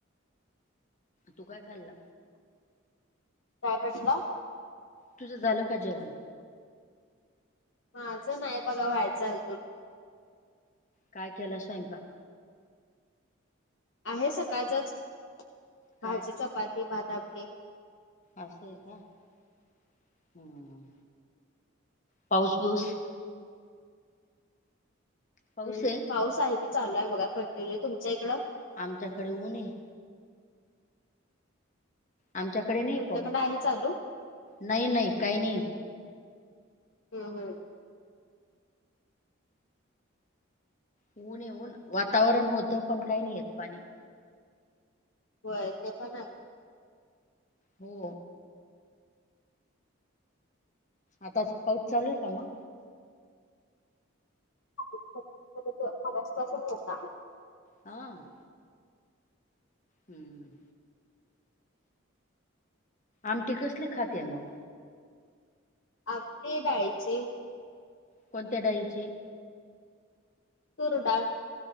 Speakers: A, on the left; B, on the left.
A: तू काय खाल्ल?
B: काय म्हटलं.
A: तुझं झालं का जेवण.
B: माझं नाय बघा व्हायचं अजून.
A: काय केला स्वयंपाक.
B: आहे सकाळचच भाजी
A: काय
B: चपाती भात आमटी.
A: असय का हम्म पाऊस बीऊस. पाऊस
B: हम्
A: आहे
B: पाऊस आहे की चालूय बघा कंटिन्यू तुमच्या इकडं.
A: आमच्याकडे ऊन ये. आमच्याकडे नाही
B: तुमच्याकडे
A: पाऊस
B: आहे चालू?
A: नाही नाही काही नाही
B: हम्म हम्
A: ऊन ये ऊन वातावरण होतं पण काही नाही येत पाणी.
B: होय ते पण हाय.
A: हो आताच पाऊस चालूय का मग.
B: न्हाय आता जरा, मागच पासून होता.
A: ह. हम् आमटी कसली खाते मग.
B: आमटी दाळीची.
A: कोणत्या डाळीची.
B: तूर डाळ.